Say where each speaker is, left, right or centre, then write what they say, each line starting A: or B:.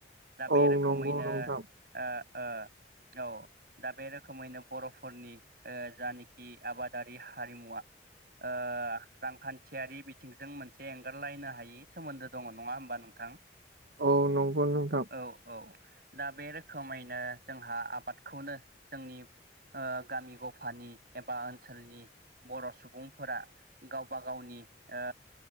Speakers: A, on the right; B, on the right.
A: दा बे
B: औ
A: रोखोमैनो
B: नंगौ नोंथां
A: ओ ओ औ दा बे रोखोमैनो बर'फोरनि ओ जानाखि आबादारि हारिमुवा ओ रांखान्थियारि बिथिंजों मोनसे एंगारलायनो हायि सोमोन्दो दङ नङा होमबा नोंथां
B: औ नंगौ नोंथां
A: औ औ दा बे रोखोमैनो जोंहा आबादखौनो जोंनि ओ गामि गफानि एबा ओनसोलनि बर' सुबुंफोरा गावबा गावनि ओ